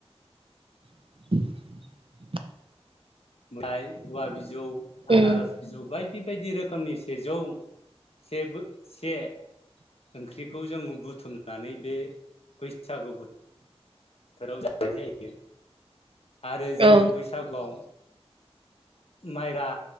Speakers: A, on the right (about 55°); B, on the left (about 65°).
A: <inaudible>
B: औवा बि जौ आनारस
A: उम
B: बिजौ बायदि बे बायदि रोखोमनि सेजौ सेबो से ओंख्रिखौ जों बुथुमनानै बे बैसागु बोथोर थोराव जानाय जायो। आरो जोङो
A: औ
B: बैसागुआव माइब्रा